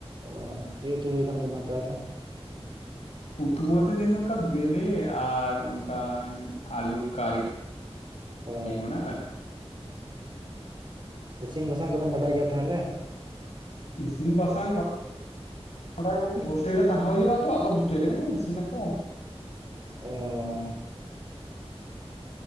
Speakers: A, on the right (about 45°); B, on the left (about 85°).
A: ᱚ ᱪᱮᱫ ᱩᱛᱩ ᱦᱩᱭ ᱠᱟᱱ ᱛᱟᱦᱮᱱᱟ ᱛᱟᱦᱚᱞᱮ?
B: ᱩᱛᱩ ᱵᱚᱞᱛᱮ ᱛᱮᱦᱮᱧ ᱫᱚ ᱚᱱᱠᱟ ᱵᱮᱞᱮ, ᱟᱨ ᱚᱱᱠᱟ ᱟᱞᱩᱨ ᱠᱟᱨᱤ ᱾
A: ᱚ
B: ᱢᱟᱱᱮ ᱟᱨᱠᱤ ᱾
A: ᱤᱥᱤᱱ ᱵᱟᱥᱟᱝ ᱠᱚᱫᱚᱢ ᱵᱟᱰᱟᱭ ᱜᱮᱭᱟ ᱛᱟᱦᱚᱞᱮ?
B: ᱤᱥᱤᱱ ᱵᱟᱥᱟᱝ <unintelligible> ᱦᱳᱥᱴᱮᱞ ᱨᱮ ᱛᱟᱦᱮᱸ ᱦᱩᱭᱩᱜ-ᱟ ᱛᱚ ᱟᱫᱚ ᱦᱳᱥᱴᱮᱞ ᱨᱮᱜᱮ <unintelligible> ᱤᱥᱤᱱ ᱟᱠᱚ ᱾
A: ᱚᱸᱻ